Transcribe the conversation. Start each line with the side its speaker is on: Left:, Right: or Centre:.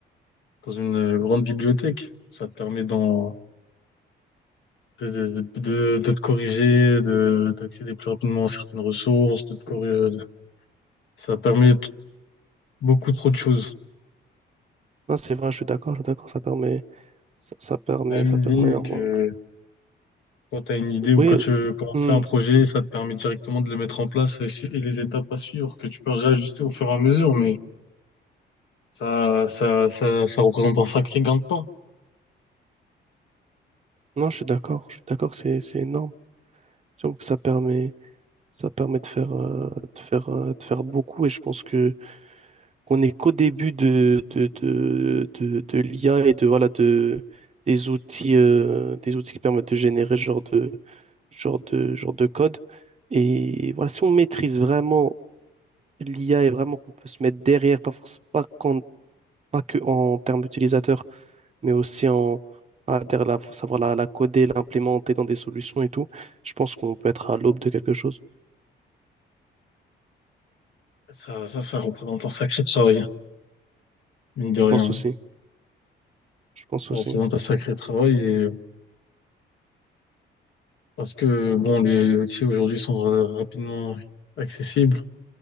Left: dans une euh, grande bibliothèque. Ça te permet d'en- de, de, de, de te corriger, de, d'accéder plus rapidement à certaines ressources,
Right: C'est-
Left: de te corriger, ça permet t- beaucoup trop de choses.
Right: Non, c'est vrai, je suis d'accord, je suis d'accord, ça permet, ça, ça permet,
Left: Même
Right: ça
Left: une
Right: permet
Left: ligne
Right: énormément.
Left: que quand tu as une idée ou
Right: Oui,
Left: quand tu commences
Right: hmm,
Left: un projet, ça te permet directement de le mettre en place et, su- et les étapes à suivre que tu peux réajuster au fur et à mesure, mais ça, ça, ça, ça représente un sacré gain de temps.
Right: non, je suis d'accord, je suis d'accord que c'est, c'est énorme. Surtout que ça permet, ça permet de faire, euh, de faire, euh, de faire beaucoup et je pense que qu'on n'est qu'au début de, de, de, de, de l'IA et de, voilà, de, des outils, euh, des outils qui permettent de générer ce genre de, genre de, genre de code. Et voilà, si on maîtrise vraiment l'IA est vraiment qu'on peut se mettre derrière, pas forcément pas, qu'en- pas que en termes d'utilisateurs, mais aussi en voilà, derrière la- faut savoir la, la coder, l'implémenter dans des solutions et tout. Je pense qu'on peut être à l'aube de quelque chose.
Left: Ça, ça, ça représente un sacré travail, mine de
Right: Je
Left: rien.
Right: pense aussi. Je pense
Left: Ça
Right: aussi.
Left: représente un sacré travail Parce que bon, les les outils aujourd'hui sont euh, rapidement accessibles,